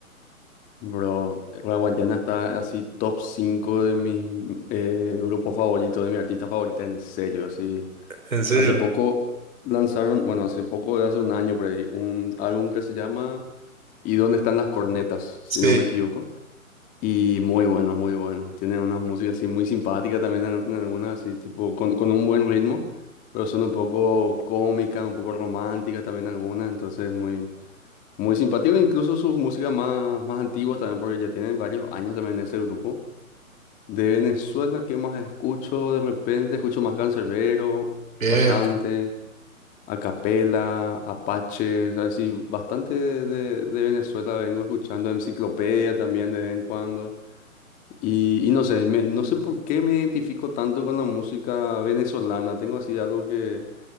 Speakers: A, on the left; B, on the right.
A: bro, la Guayana está así top 5 de mis mm, eh, grupos favoritos, de mi artista favorita, en serio, así.
B: ¿En serio?
A: Hace poco lanzaron, bueno, hace poco, de hace un año por ahí, un álbum que se llama ¿Y dónde están las cornetas? Si
B: Sí.
A: no me equivoco. Y muy bueno, muy bueno. Tienen unas músicas así muy simpáticas también en, en algunas, así tipo con, con un buen ritmo, pero son un poco cómicas, un poco románticas también algunas, entonces muy, muy simpático. Incluso sus músicas más, más antiguas también, porque ya tienen varios años también de ese grupo. De Venezuela, ¿qué más escucho? De repente escucho más Canserbero,
B: Bien.
A: bastante. Acapela, Apache, o sea, sí, bastante de, de- de Venezuela vengo escuchando, Enciclopedia también de vez en cuando. Y, y no sé, me- no sé por qué me identifico tanto con la música venezolana. Tengo así algo que